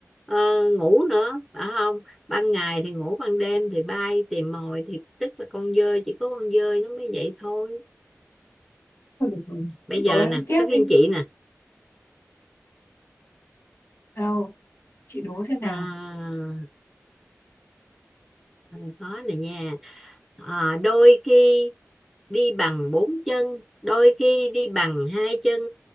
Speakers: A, in the centre; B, on the left.
A: ờ, ngủ nữa phải không ban ngày thì ngủ ban đêm thì bay tìm mồi thì tức là con dơi chỉ có con dơi nó mới vậy thôi
B: Thôi được rồi,
A: bây
B: chị đố
A: giờ
B: em
A: nè
B: tiếp
A: tới phiên
B: đi.
A: chị nè
B: Đâu, chị đố thế nào?
A: à, Ừ, khó này nha à, đôi khi đi bằng bốn chân đôi khi đi bằng hai chân